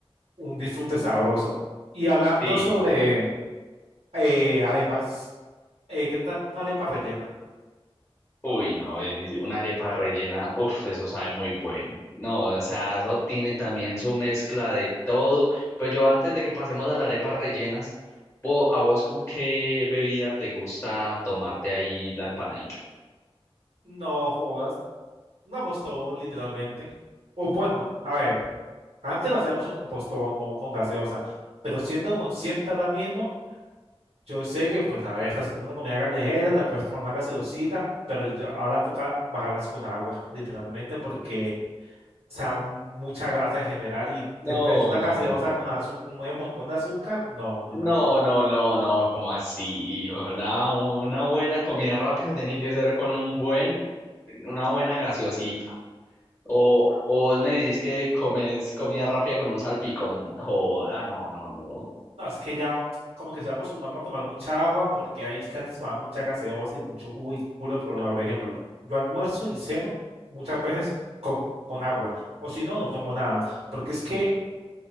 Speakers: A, on the right (about 80°); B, on the left (about 25°).
A: un disfrute sabroso. Y hablando
B: Sí,
A: sobre
B: sí.
A: eh, arepas, eh, ¿qué tal una arepa rellena?
B: Uy, no, y una arepa rellena, uff, eso sabe muy bueno. No, o sea, eso tiene también su mezcla de todo. Pero yo antes de que pasemos a las arepas rellenas, vo- ¿a vos con qué bebida te gusta tomarte ahí la empanadita?
A: No jodas, un apostón, literalmente. O bueno, a ver. Antes lo hacía mucho con postón, como con gaseosa, pero siendo consciente ahora mismo, yo sé que, pues, a ver, estás comiendo comida callejera, te puedes tomar una gaseosita, pero yo- ahora toca bajarlas con agua, <laughs> literalmente, porque, o sea, mucha grasa en general y
B: No,
A: después una
B: no,
A: gaseosa
B: no.
A: con azu- con un montón de azúcar, no, no
B: No,
A: hay manera.
B: no, no, no, como así? Una, una buena comida rápida tiene que ser con un buen, una buena gaseosita. O, o vos me decís que comes comida rápida con un salpicón. Joda, no, no, no.
A: No, es que ya como que estoy acostumbrado a tomar mucha agua porque ahí es que antes tomaba mucha gaseosa y mucho jugo y culo de problema. Por ejemplo, yo almuerzo y ceno muchas veces con, con agua. O si no, no tomo nada. Porque es que